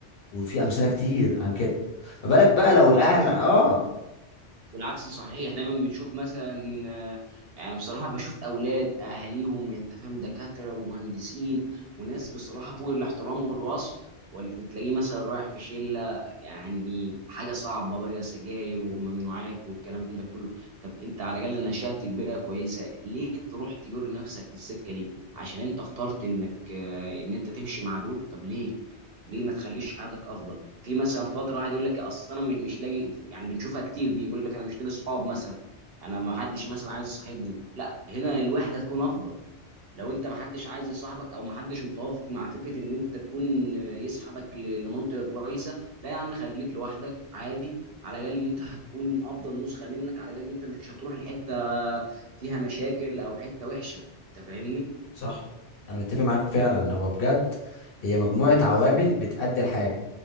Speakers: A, on the left (about 55°); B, on the right (about 60°).
A: وفي امثله كتير عن كده ما بالك بقى
B: وال-
A: لو
B: والعكس
A: الاهل اه
B: والعكس صحيح دايما بنشوف مثلا آه، يعني بصراحه بشوف اولاد اهاليهم يعني انت فاهم دكاتره ومهندسين وناس بصراحه فوق الاحترام والوصف واللي بتلاقيه مثلا رايح في شله يعني حاجه صعبه بقى سجاير وممنوعات والكلام ده كله طب انت على الاقل نشأت في بيئه كويسه ليه تروح تجر نفسك في السكه دي عشان انت اخترت انك آه، ان انت تمشي مع دول طب ليه ليه ما تخليش حياتك افضل في مثلا فتره واحد يقول لك اصل انا م- مش لاقي يعني بنشوفها كتير دي يقول لك انا مش لاقي صحاب مثلا انا ما حدش مثلا عايز يصاحبني لا هنا الوحده تكون افضل لو انت ما حدش عايز يصاحبك او ما حدش متوافق مع فكره ان انت تكون يسحبك ل- لمنطقه كويسه لا يا عم خليك لوحدك عادي على الاقل انت هتكون افضل نسخه منك على الاقل انت مش هتروح لحته فيها مشاكل او حته وحشه انت فاهمني
A: صح انا متفق معاك فعلا هو بجد هي مجموعه عوامل بتأدي الحاجه